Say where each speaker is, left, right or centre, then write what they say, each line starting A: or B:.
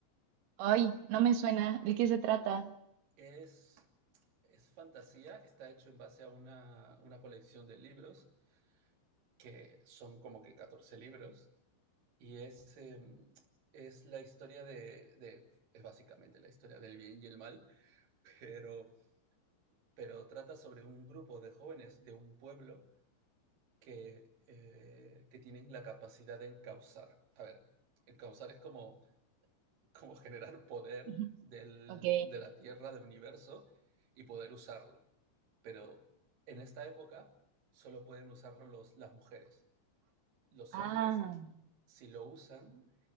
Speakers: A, on the right; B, on the right.
A: Ay, no me suena. ¿De qué se trata?
B: Es, es fantasía, está hecho en base a una, una colección de libros, que son como que 14 libros, y es, em, es la historia de, de- es básicamente la historia del bien y el mal, pero, pero trata sobre un grupo de jóvenes de un pueblo que, eh, que tienen la capacidad de encauzar. A ver, encauzar es como como generar poder
A: <laughs>
B: del,
A: Ok.
B: de la Tierra, del universo, y poder usarlo. Pero en esta época solo pueden usarlo los, las mujeres. Los
A: Ah,
B: hombres, si lo usan,